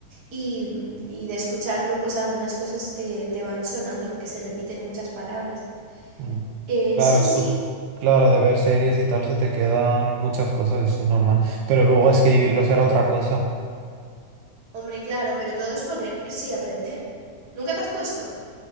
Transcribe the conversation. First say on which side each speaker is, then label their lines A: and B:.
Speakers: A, on the right; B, on the right.
A: Y, mm, y de escucharlo, pues algunas cosas te, te van sonando porque se repiten muchas palabras.
B: Mm.
A: Eh,
B: Claro,
A: sí,
B: escu-
A: sí,
B: claro, de ver series y tal se te quedan muchas cosas, eso es normal. Pero luego escribirlos era otra cosa.
A: hombre, claro, pero todo es ponerse y aprender. ¿Nunca te has puesto?